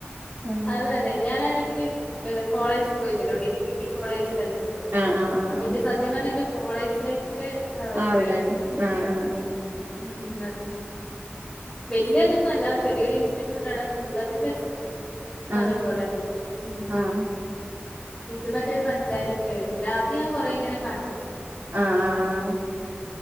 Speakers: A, on the right (about 65°); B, on the left (about 20°).
A: ഉം
B: അതല്ലെ ഞാനാണെങ്കില് അ് കോളേജ് പോയിലല്ലോ ഡി ഇടിക്കി കോളേജിലല്ലേ
A: ആഹ് ആഹ് ആഹ്
B: <unintelligible> അപ്പൊ
A: ആഹ്
B: ന്റെ സത്യം പർഞ്ഞ ന്റെ കോളേജ് ലൈഫ് ആ അവിടെയായിരുന്നു
A: ആഹ് അവിടെയാണ് ആഹ് ആഹ്
B: ഉം അതെ വല്യതൊന്നല്ല ചെറിയൊരു ഇൻസ്റ്റിറ്റ്യൂട്ടാണ് പക്ഷെള്ളതിൽ വെച്ചിട്ട് നല്ലോം
A: ആഹ്
B: പോലെ ണ്ടെന്നു ഉം
A: ആഹ്
B: ഇത് മറ്റേ പഞ്ചായത്തിന്റെ പേരിലില്ലെ അത് ഞാൻ കൊറെ ഇങ്ങനെ കണ്ട്
A: ആ ആ ആ